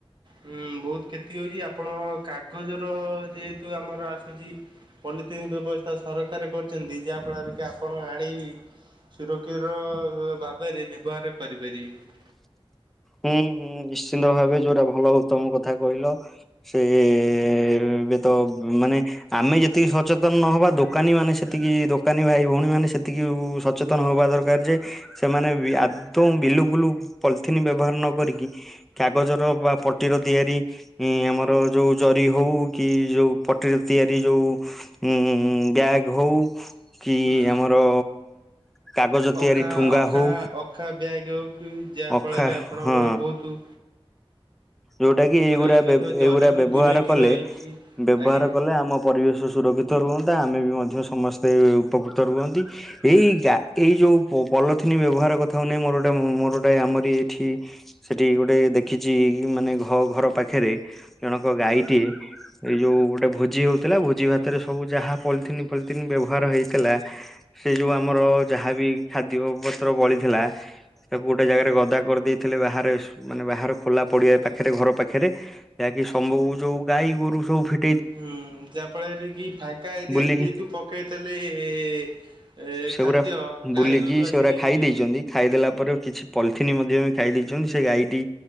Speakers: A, on the right; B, in the centre.
A: ହୁଁ ବହୁତ କ୍ଷତି ହଉଚି ଆପଣ କାଗଜର ଯେହେତୁ ଆମର ଆସୁଚି ପଲିଥିନ୍ ବ୍ୟବସ୍ଥା ସରକାର କରିଚନ୍ତି ଯାହା ଫଳରେ କି ଆପଣ ଆଣିବି ସୁରକ୍ଷିର ଭାବରେ ବ୍ୟବହାର କରିପାରିବେ।
B: ହୁଁ ହୁଁ ନିଶ୍ଚିନ୍ତ ଭାବେ ଯୋଉରା ଭଲ ଉତ୍ତମ କଥା କହିଲ। ସେ ଏବେ ତ ମାନେ ଆମେ ଯେତିକି ସଚେତନ ନହବା ଦୋକାନୀ ମାନେ ସେତିକି ଦୋକାନୀ ଭାଇ ଭଉଣୀ ମାନେ ସେତିକି ଉ ସଚେତନ
A: ହୁଁ।
B: ହବା ଦରକାର ଯେ ସେମାନେ ବି ଆଦୌ ବିଲୁ ବୁଲୁ ପଲଥିନି ବ୍ୟ ବହାର ନ କରିକି କାଗଜର ବା ପଟିର ତିଆରି ଇଁ ଆମର ଯୋଉ ଜରି ହଉ କି ଯୋଉ ପଟିର ତିଆରି ଯୋଉ ଉଁ ବ୍ୟାଗ୍ ହଉ କି
A: ହୁଁ
B: ଆମର କାଗଜ ତିଆରି
A: ଅଖା
B: ଠୁଙ୍ଗା
A: ଅଖା
B: ହଉ
A: ଅଖା ବ୍ୟାଗ ହଉ କି ଯାହା
B: ଅଖା
A: ଫଳରେ ଆପଣଙ୍କର
B: ହଁ
A: ବହୁତୁ
B: ଯୋଉଟା କି ଏଇଗୁରା
A: ହେଇପାରିବ
B: ବ୍ଯବ
A: ଜରିରୁ
B: ଏଇଗୁରା ବ୍ୟବହାର
A: ଦୂରେଇକି
B: କଲେ
A: ରହିକି
B: ବ୍ୟବହାର
A: ଆଜ୍ଞା।
B: କଲେ ଆମ ପରିବେଶ ସୁରକ୍ଷିତ ରୁହନ୍ତା ଆମେ ବି ମଧ୍ୟ ସମସ୍ତେ ଉପକୃତ ରୁହନ୍ତି। ଏଇ ଗା ଏଇ ଯୋଉ ପ ପଲଥିନି ବ୍ୟବହାର କଥାକୁ ନେଇ ମୋର ଗୋଟେ ମୋର ଗୋଟେ ଆମରି ଏଠି ସେଠି ଗୋଟେ ଦେଖିଚି ମାନେ ଘ ଘର ପାଖେରେ ଜଣକ ଗାଈଟିଏ ଏଇ ଯୋଉ ଗୋଟେ ଭୋଜି ହଉଥିଲା ଭୋଜି ଭାତରେ ସବୁ ଯାହା ପଲିିଥିନ୍ ଫଲିିଥିନ୍ ବ୍ୟବହାର ହେଇଥିଲା ସେ ଯୋଉ ଆମର ଯାହା ବି ଖାଦ୍ୟ ପତ୍ର ବଳିଥିଲା ତାକୁ ଗୋଟେ ଜାଗାରେ ଗଦା କରିଦେଇଥିଲେ ବାହାରେ ସୁ ମାନେ ବାହାର ଖୋଲା ପଡି଼ଆ ପାଖେରେ ଘର ପାଖେରେ। ଯାହାକି ସମ୍ବୁ ଯୋଉ ଗାଈ ଗୋରୁ ସବୁ ଫି
A: ହୁଁ ଯାହା ଫଳରେ କି ଫାଙ୍କା ଏରିଆରେ
B: ବୁଲିକି
A: ଯେହେତୁ ପକେଇଥେଲେ ଏ
B: ସେଗୁରା
A: ଖାଦ୍ୟ
B: ବୁଲିକି
A: ଗାଈ ଗୋରୁ
B: ସେଗୁରା
A: ଆସିକି ସେଠି
B: ଖାଇ ଦେଇଛନ୍ତି ଖାଇଦେଲା ପରେ କିଛି ପଲିଥିନ ମଧ୍ୟ ଖାଇ ଦେଇଛନ୍ତି ସେ ଗାଈଟି